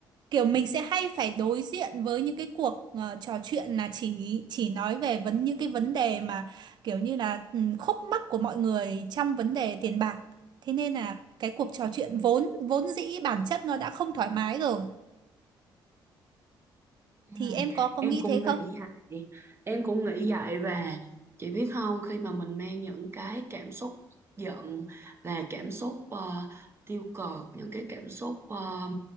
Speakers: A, on the right; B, on the right.
A: kiểu mình sẽ hay phải đối diện với những cái cuộc ờ, trò chuyện là chỉ chỉ nói về vấn những cái vấn đề mà kiểu như là ừ, khúc mắc của mọi người trong vấn đề tiền bạc. Thế nên là cái cuộc trò chuyện vốn vốn dĩ bản chất nó đã không thoải mái rồi.
B: Ừ,
A: Thì em có có
B: em
A: nghĩ
B: cũng
A: thế
B: nghĩ
A: không?
B: vậy em cũng nghĩ vậy và chị biết không khi mà mình mang những cái cảm xúc giận và cảm xúc ờ, tiêu cực những cái cảm xúc ờ,